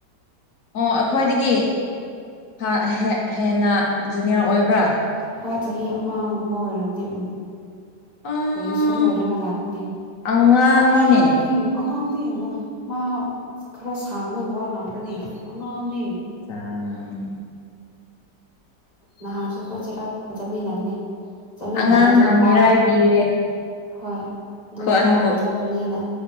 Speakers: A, on the left; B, on the left.
A: ꯑꯣ ꯑꯩꯈꯣꯏꯗꯒꯤ ꯍꯥꯟ ꯍꯦꯛ ꯍꯦꯟꯅ ꯖꯨꯅꯤꯌ꯭ꯔ ꯑꯣꯏꯕ꯭ꯔꯥ
B: ꯍꯣꯏ ꯆꯍꯤ ꯑꯃꯒꯨꯝꯕ ꯑꯣꯏꯔꯝꯅꯤ ꯎꯝ
A: ꯑꯥ
B: ꯒ꯭ꯔꯦꯖ꯭ꯋꯦꯁꯟ ꯂꯣꯏꯔꯒ ꯂꯥꯛꯄꯅꯤ
A: ꯑꯉꯥꯡꯅꯤꯅꯦ
B: ꯑꯉꯥꯡꯅꯦ ꯑꯉꯥꯡꯅꯦ ꯃꯥ ꯈꯔ ꯁꯥꯡꯕꯒꯤ ꯋꯥ ꯉꯥꯛꯇꯅꯦ ꯑꯉꯥꯡꯅꯦ
A: ꯆꯥꯡ
B: ꯅꯍꯥꯟꯁꯨ ꯑꯩꯈꯣꯏ ꯆꯩꯔꯥꯛ ꯆꯠꯃꯤꯟꯅꯕꯅꯦ ꯆꯠꯃꯤꯟꯅꯔꯒ
A: ꯑꯉꯥꯡꯅ
B: ꯑꯗꯨ ꯅꯨꯄꯥ
A: ꯃꯤꯔꯥꯏꯕꯤꯔꯦ
B: ꯍꯣꯏ ꯑꯗꯨ
A: ꯈ꯭ꯋꯥꯟꯕꯨ
B: ꯅꯨꯄꯥꯒ ꯆꯠ ꯆꯟꯅꯤꯅ